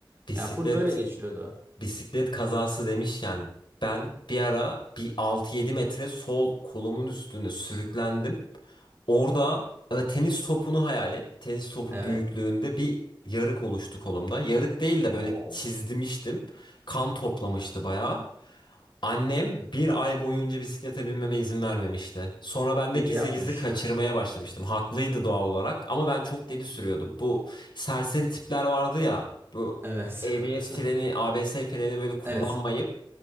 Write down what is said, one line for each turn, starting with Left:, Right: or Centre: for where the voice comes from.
Left: Bisiklet
Right: Yani full böyle geçiyordu.
Left: Bisiklet kazası demişken ben bir ara bir altı yedi metre sol kolumun üstüne sürüklendim. Orada e, tenis topunu hayal et. Tenis topu
Right: Evet.
Left: büyüklüğünde bir yarık oluştu kolumda. Yarık değil de
Right: Oo.
Left: böyle çizdimiştim. Kan toplamıştı bayağı. Annem bir ay boyunca bisiklete binmeme izin vermemişti. Sonra ben
Right: İyi
Left: de gizli
Right: yapmış.
Left: gizli kaçırmaya
Right: <laughs>
Left: başlamıştım. Haklıydı doğal olarak ama ben çok deli sürüyordum. Bu serseri tipler vardı ya. Bu
Right: Evet.
Left: ABS
Right: <laughs>
Left: freni, ABS freni böyle kullanmayıp
Right: Evet.